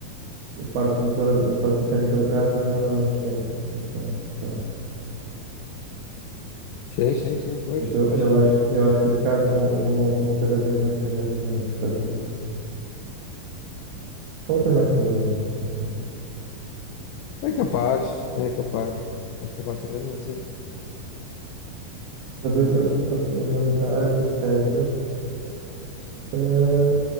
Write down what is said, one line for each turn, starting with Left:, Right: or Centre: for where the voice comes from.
Right: a parte motora, a parte mecânica do carro também vai durar menos tempo. Então, sei lá.
Left: sim, sim, sim, pois,
Right: Portanto,
Left: faz
Right: eu, eu
Left: sentido.
Right: acho, eu acho que os carros vão, vão, vão cada vez mais estragar-se mais, por causa disso. ou ter mais problemas, não sei.
Left: É capaz, é capaz. És capaz de ter razão, sim.
Right: Por causa- Eu, eu, eu ando a notar que os Teslas, eh,